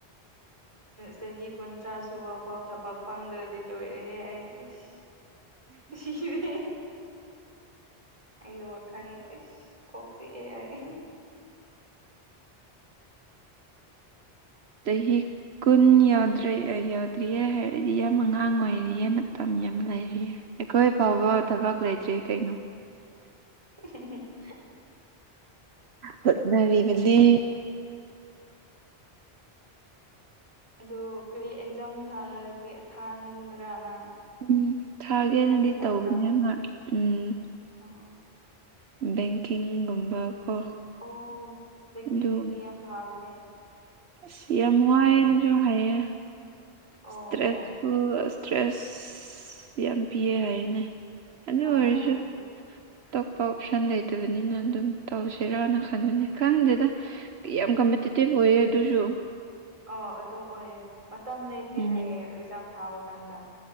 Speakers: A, on the right; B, on the right.
A: ꯆꯍꯤ ꯀꯨꯟꯊ꯭ꯔꯥ ꯁꯨꯕ ꯐꯥꯎ ꯊꯕꯛ ꯐꯪꯗ꯭ꯔꯗꯤ ꯂꯣꯏꯔꯦꯍꯦ ꯑꯩ ꯏꯁ ꯁꯤꯔꯦ ꯑꯩ ꯋꯥꯈꯟ ꯏꯁ ꯀꯣꯛ ꯆꯤꯛꯑꯦ ꯑꯩ
B: ꯆꯍꯤꯛ ꯀꯨꯟ ꯌꯥꯗ꯭ꯔꯦ ꯑꯩ ꯌꯥꯗ꯭ꯔꯤꯌꯦ ꯍꯥꯏꯔꯗꯤ ꯌꯥꯝ ꯑꯉꯥꯡ ꯑꯣꯏꯔꯤꯌꯦ ꯃꯇꯝ ꯌꯥꯝ ꯂꯩꯔꯤꯌꯦ ꯑꯩꯈꯣꯏ ꯐꯥꯎꯕ ꯊꯕꯛ ꯂꯩꯇ꯭ꯔꯤ ꯀꯩꯅꯣ
A: <inaudible>
B: ꯍꯣꯠꯅꯔꯤꯕꯅꯦ
A: ꯑꯗꯣ ꯀꯔꯤ ꯑꯦꯛꯖꯥꯝ ꯊꯥꯔꯒꯦ ꯊꯥꯅꯤꯡꯗꯔ꯭ꯥ ꯅꯪ
B: ꯎꯝ ꯊꯥꯒꯦꯅꯗꯤ
A: ꯊꯥꯒꯦ ꯇꯧꯕ꯭ꯔꯥ
B: ꯇꯧꯕꯅꯦ ꯃꯥ ꯎꯝ
A: ꯑꯣ
B: ꯕꯦꯡꯀꯤꯡꯒꯨꯝꯕ ꯀꯣ
A: ꯑꯣ ꯕꯦꯡꯀꯤꯡꯅꯗꯤ
B: ꯑꯗꯨ
A: ꯌꯥꯝ ꯐꯥꯕꯅꯦ
B: ꯑꯁ ꯌꯥꯝ ꯋꯥꯌꯦꯅꯁꯨ ꯍꯥꯏꯌꯦ
A: ꯑꯣ
B: ꯁꯇ꯭ꯔꯦꯠꯁꯨ
A: ꯑꯣ
B: ꯑꯁ ꯇ꯭ꯔꯦꯁ ꯌꯥꯝ ꯄꯤꯌꯦ ꯍꯥꯏꯅꯦ ꯑꯗꯨ
A: ꯑꯥ
B: ꯑꯣꯏꯔꯁꯨ
A: ꯑꯥ ꯑꯗꯨ
B: ꯇꯣꯞꯄ ꯑꯣꯞꯁꯟ ꯂꯩꯇꯕꯅꯤꯅ ꯑꯗꯨꯝ ꯇꯧꯁꯦꯔꯅ ꯈꯟꯕꯅꯤ ꯈꯪꯗꯦꯗ ꯀꯤꯌꯥꯝ ꯀꯝꯄꯤꯇꯤꯇꯤꯚ ꯑꯣꯏꯌꯦ ꯗꯨꯖꯨ
A: ꯑꯥꯎ ꯑꯗꯨ ꯑꯣꯏꯌꯦ ꯃꯇꯝ ꯂꯩꯇꯦ
B: ꯎꯝ
A: ꯍꯥꯏꯌꯦ ꯑꯦꯛꯖꯥꯝ ꯊꯥꯕ ꯀꯥꯟꯗ